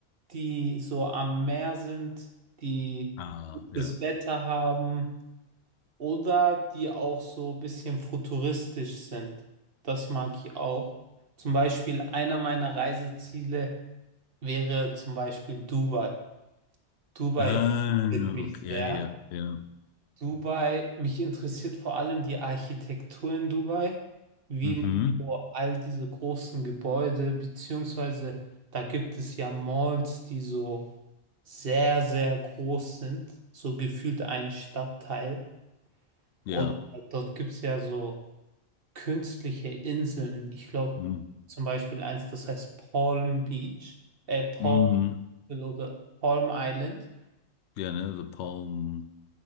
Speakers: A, on the right (about 60°); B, on the left (about 80°).
A: die so am Meer sind, die
B: Ah,
A: gutes
B: ja.
A: Wetter haben oder die auch so ein bisschen futuristisch sind. Das mag ich auch. Zum Beispiel einer meiner Reiseziele wäre zum Beispiel Dubai. Dubai
B: Ah,
A: interessiert mich
B: okay,
A: sehr.
B: ja, ja, ja.
A: Dubai, mich interessiert vor allem die Architektur in Dubai, wie
B: Mhm.
A: man so all diese großen Gebäude, beziehungsweise da gibt es ja Malls, die so sehr, sehr groß sind, so gefühlt ein Stadtteil.
B: Ja.
A: Oder dort gibt es ja so künstliche Inseln. Ich glaube
B: Mhm.
A: zum Beispiel eins, das heißt Palm Beach, äh, Palm
B: Mhm.
A: oder Palm Island.
B: Ja, ne, The Palm.